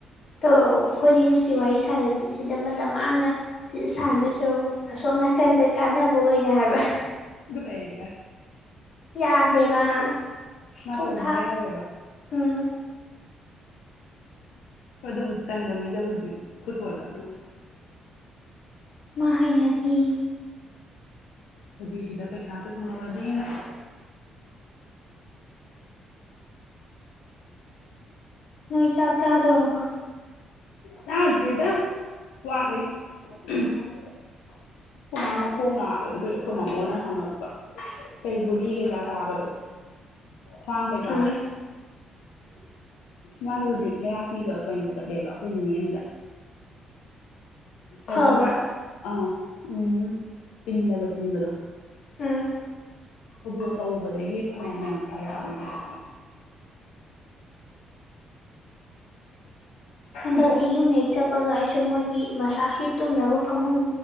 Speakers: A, on the left; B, on the left.
A: ꯇꯧꯔꯛꯑꯣ ꯑꯩꯈꯣꯏꯅꯤ ꯅꯨꯡꯁꯤ ꯋꯥꯔꯤ ꯁꯥꯟꯅꯗꯦ ꯁꯤꯗ ꯃꯇꯝ ꯃꯥꯡꯅ ꯁꯤꯗ ꯁꯥꯟꯅꯗꯣꯏ ꯁꯔꯨꯛ ꯑꯁꯣꯝ ꯅꯥꯀꯟ ꯅꯀꯟꯗ ꯀꯥꯟꯅꯕ ꯑꯣꯏꯅ ꯍꯥꯏꯕ
B: <unintelligible>
A: ꯌꯥꯗꯦꯕ ꯁꯤꯊꯣꯛ
B: ꯃꯥ ꯇꯧꯅꯤꯡꯗꯦ
A: ꯊꯥꯛ
B: ꯍꯥꯏꯌꯦꯕ
A: ꯎꯝ
B: ꯍꯣꯏ ꯑꯗꯨꯕꯨ ꯗꯤꯇꯟꯕ ꯃꯤꯗꯕꯨꯗꯤ ꯈꯨꯠ ꯑꯣꯏꯕ
A: ꯃꯥ ꯍꯩꯅꯗꯤ
B: ꯑꯗꯨꯗꯤ ꯁꯤꯗ ꯄꯩꯁꯥꯗꯨ ꯐꯪꯉꯧꯔꯗꯤꯅ <unintelligible>
A: ꯅꯣꯏ ꯆꯥꯛ ꯆꯥꯗꯣꯔꯕꯣ
B: ꯆꯥꯗ ꯔꯤꯗ ꯋꯥꯠꯂꯤ ꯑꯩꯈꯣꯏ ꯃꯥ ꯃꯈꯣꯡ ꯅꯥꯕꯑꯗꯨꯒꯤ ꯑꯩꯈꯣꯏ ꯃꯥꯃꯣꯅ ꯍꯪꯉꯛꯄ ꯀꯩ ꯒꯨꯂꯤ ꯀꯩꯀꯥ ꯆꯥꯕꯗꯣ ꯈꯋꯥꯡ ꯀꯩ ꯀꯥꯗꯣ
A: ꯎꯝ
B: ꯃꯥꯗꯨ ꯍꯧꯖꯤꯛ ꯊꯦꯔꯥꯄꯤꯒ ꯀꯩꯅꯣ ꯆꯠꯂꯦꯕ ꯑꯩꯈꯣꯏ ꯅꯤꯅꯦ ꯑꯝꯗ ꯍꯥꯏꯗꯤ
A: ꯐꯕ꯭ꯔꯥ
B: ꯑꯥ ꯎꯝ ꯄꯤꯟꯅꯒ ꯊꯤꯟꯕꯗꯣ
A: ꯎꯝ
B: ꯑꯗꯨ ꯇꯧꯕꯗꯒꯤ ꯐꯅꯌꯥꯝ ꯌꯥꯝ ꯐꯔꯛꯑꯕꯅꯦꯕ
A: ꯍꯟꯗꯛꯇꯤ
B: ꯑꯗꯣ
A: ꯌꯨꯝ ꯍꯦꯛ ꯆꯠꯄꯒ ꯑꯩꯁꯨ ꯃꯣꯏꯒꯤ ꯃꯁꯥꯁꯀꯤ ꯇꯨꯝꯅꯕ ꯐꯃꯨꯡ